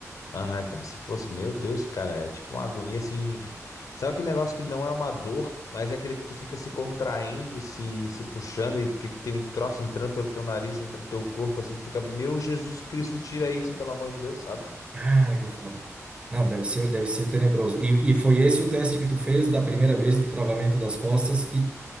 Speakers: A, on the left; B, on the right.
A: Aham, é como se fosse. Meu Deus, cara. É tipo uma agonia assim. tu- Sabe aquele negócio que não é uma dor, mas é aquele que tu fica se contraindo, se, se puxando e fica, tem um troço entrando pelo teu nariz, entrando no teu corpo, assim. Tu fica, meu Jesus Cristo, tira isso, pelo amor de Deus, sabe?
B: Cara, que foda. Não, deve ser, deve ser tenebroso. E, e foi esse o teste que tu fez da primeira vez do travamento das costas que,